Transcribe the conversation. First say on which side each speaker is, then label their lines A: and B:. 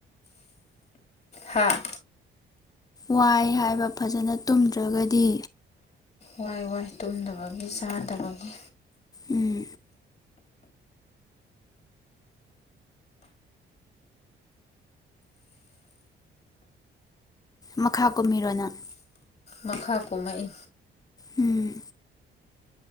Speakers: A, on the left; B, on the left.
A: ꯍꯥꯥ
B: ꯋꯥꯏ ꯍꯥꯏꯕ ꯐꯖꯅ ꯇꯨꯝꯗ꯭ꯔꯒꯗꯤ
A: ꯋꯥꯏ ꯋꯥꯏ ꯇꯨꯝꯗꯕꯒꯤ ꯆꯥꯗꯕꯒꯤ
B: ꯎꯝ ꯃꯈꯥ ꯀꯨꯝꯃꯤꯔꯣ ꯅꯪ
A: ꯃꯈꯥ ꯀꯨꯝꯃꯛꯏ
B: ꯎꯝ